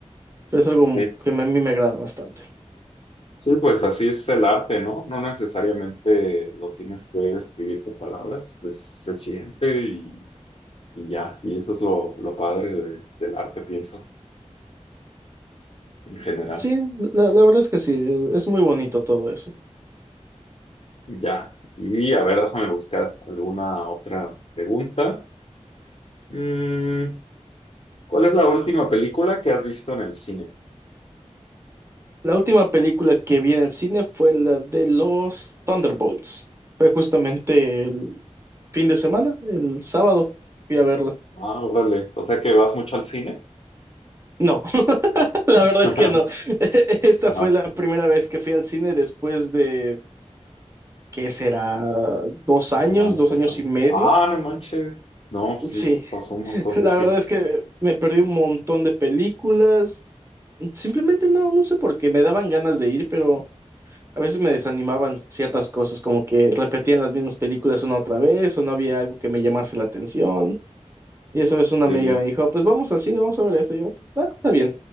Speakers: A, on the right (about 25°); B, on the left (about 55°).
A: pero es algo
B: Sí.
A: que me- a mí me agrada bastante.
B: Sí, pues así es el arte, ¿no? No necesariamente lo tienes que describir con palabras, pues se siente y, y ya. Y eso es lo, lo padre de- del arte, pienso, en general.
A: Sí, la, la verdad es que sí, eh, es muy bonito todo eso.
B: Ya. Y a ver, déjame buscar alguna otra pregunta. Mm, ¿cuál es la última película que has visto en el cine?
A: La última película que vi en el cine fue la de los Thunderbolts. Fue justamente el fin de semana, el sábado, fui a verla.
B: Ah, órale. O sea que vas mucho al cine.
A: No, <laughs> la
B: <laughs>
A: verdad es que no. <laughs> Esta
B: Ajá,
A: fue la primera vez que fui al cine después de, ¿qué será? Dos
B: del
A: años,
B: año
A: dos
B: pasado.
A: años y medio
B: Ah, no manches. No, pues sí,
A: Sí,
B: pasó un
A: <laughs>
B: montón de
A: la
B: tiempo.
A: verdad es que me perdí un montón de películas. Simplemente no, no sé por qué, me daban ganas de ir, pero a veces me desanimaban ciertas cosas, como que repetían las mismas películas una otra vez o no había algo que me llamase la atención. Y esa vez una
B: Sí.
A: amiga me dijo, "Ah, pues vamos al cine, vamos a ver eso. Y yo, pues va, está bien.